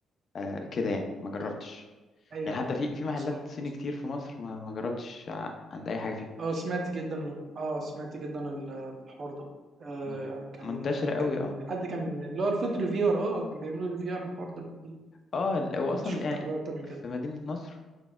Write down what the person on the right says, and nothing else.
ايوه
ايوه
وصلك
وصلك
اه سمعت جدا اه سمعت جدا ال- الحوار ده آه
كان
آه،
كان
حد كان من- اللي هو الفود ريفيور اه كان بيعملوا ريفيو عن الحوار ده بكتير.
فكنت شفت
حاجات اكتر من
كده